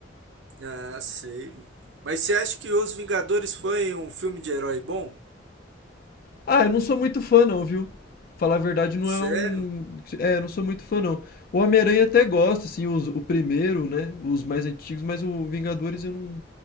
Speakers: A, on the right (about 80°); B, on the left (about 50°).
A: Ah, sei. Mas você acha que Os Vingadores foi um filme de herói bom?
B: Ah, eu não sou muito fã não, viu? Falar a verdade não
A: Sério?
B: é um... É, eu não sou muito fã não. O Homem-Aranha até gosto, assim, os, o primeiro, né? Os mais antigos, mas o Vingadores eu não,